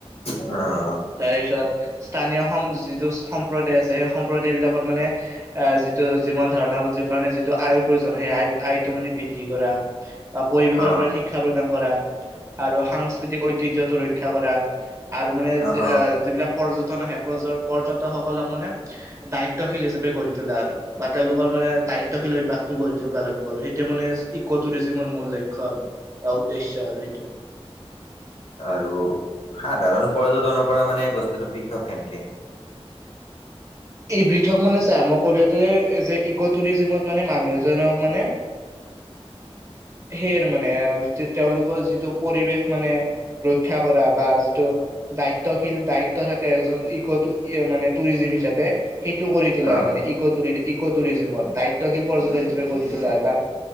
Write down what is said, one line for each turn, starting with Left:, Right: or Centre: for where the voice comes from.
Left: অ
Right: তাৰ পিছত স্থানীয় সম যিটো সম্প্ৰদায় আছে সেই সম্প্ৰদায় বিলাকত মানে আহ যিটো যিমান ধাৰণা যি কাৰণে যিটো আয়ৰ প্ৰয়োজন সে আই আয়তো মানে বৃদ্ধি কৰা বা পৰিৱেশৰ
Left: অ
Right: ওপৰত শিক্ষা প্ৰদান কৰা আৰু সাংস্কৃতিক ঐতিহ্যৰ টো ৰক্ষা কৰা আৰু মানে
Left: অ অ
Right: যিবিলাক পৰ্যটন আহে পৰ্যতকসলক মানে দায়িত্ব শিল হিচাপে গঢ়িতোলা আৰু বা তেওঁলোকৰ মানে দায়িত্বশীল অভ্যাস কৰি তুলবা লাগব আৰু সেইটা মানেছ ইক টৰিজমৰ মূল লক্ষ্য শ বা উদ্দেশ্য আৰু সেইটো
Left: আৰু সাধাৰণ পৰ্যটনৰ পৰা মানে বস্তুটো পৃথক কেনকে?
Right: এই পৃথক মানে চাই মই ক'লেতে এই যে ইক' টুৰিজিমত মানে মানুহ এজনক মানে সেই আৰু মানে তেওঁলোকৰ যিটো পৰিৱেশ মানে ৰক্ষা কৰা বা যিটো দায়িত্বশীল দায়িত্ব থাকে এজন ইকটো মানে টুৰিজি হিচাপে সেইটো কৰি তোলা
Left: অ
Right: হয় মান ই ইক টুৰিজিমত দায়িত্বশীল পৰ্যটক গঢি তোলাৰ বা